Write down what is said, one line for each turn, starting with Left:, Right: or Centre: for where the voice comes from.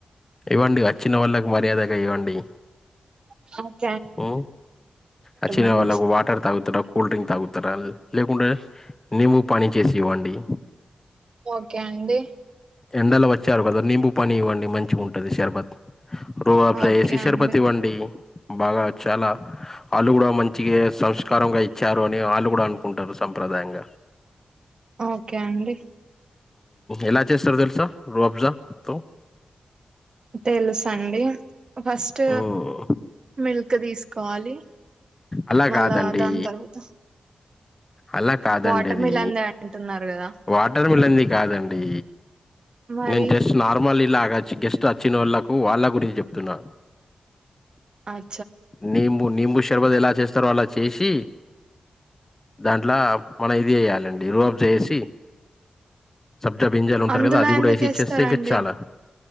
Left: ఇవ్వండి వచ్చిన వాళ్ళకి మర్యాదగా ఇవ్వండి
Right: స
Left: అ వచ్చిన
Right: మినిట్స్
Left: వాళ్ళకు వాటర్ తాగుతారా కూల్ డ్రింక్ తాగుతారా లేకుండా నేము పని చేసి ఇవ్వండి
Right: ఓకే అండి
Left: ఎండలు వచ్చారు కదా నింబ పని ఇవ్వండి మంచిగా ఉంటుంది షర్బత్ రూబ్
Right: ఓకే
Left: సర్భత్
Right: అండి
Left: ఇవండీ బాగా చాలా వాళ్ళు కూడా మంచిగా సంస్కారంగా ఇచ్చారు అని వాళ్ళు కూడా అనుకుంటారు సంప్రదాయ దాంగా
Right: ఓకే అండి
Left: ఎలా చేస్తారు తెలుసా రూ అబ్జా తో
Right: తెలుస అండి ఫస్ట్
Left: మ్మ్
Right: మిల్క్ తీసుకోవాలి
Left: అలా
Right: మళ్ళా
Left: కాదండి
Right: దాని తర్వాత
Left: అలా కాదండి
Right: వాటర్
Left: అది
Right: మిలన్ దే అంటున్నారు కదా
Left: వాటర్ మిలన్ది కాదండి
Right: మరి
Left: నేను జస్ట్ నార్మల్ ఇలా గెస్ట్ వచ్చిన వాళ్ళకు వాళ్ళ గురించి చెప్తున్నా
Right: అవు
Left: నింబు నింబు శషర్బతు ఎలా చేస్తారో అలా చేసి దాంట్లో మనం ఇది వయ్యాలండి రుఆబ్ చేసి సబ్జా బింజాలు ఉంటారు
Right: అందులో
Left: కదా అది కూడా
Right: ఎందుకు
Left: వేసి ఇచ్చేస్తే
Right: ఏస్తారండి
Left: ఇంకా చాలా